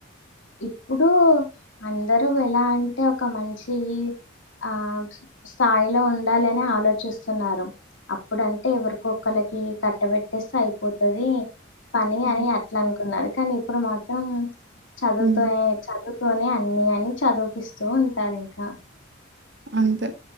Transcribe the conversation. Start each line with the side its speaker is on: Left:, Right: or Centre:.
Left: ఇప్పుడు అందరూ ఎలా అంటే ఒక మంచి ఆ స్థాయిలో ఉండాలని ఆలోచిస్తున్నారు. అప్పుడు అంటే ఎవరికొక్కలకి కట్టబెట్టేస్తే అయిపోతది పని
Right: హ్మ్.
Left: అని అట్ల అనుకున్నా, రు కానీ ఇప్పుడు మాత్రం చదువుతే
Right: హ్మ్.
Left: చ దువు తనే అన్ని అని చదువుపిస్తూ ఉంటారు ఇంకా.
Right: అంతే